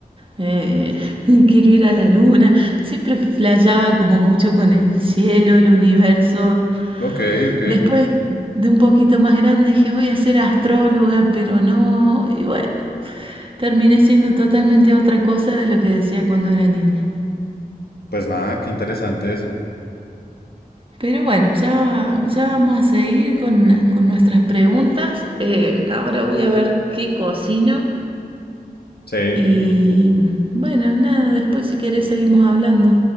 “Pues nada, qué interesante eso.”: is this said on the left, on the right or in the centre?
Left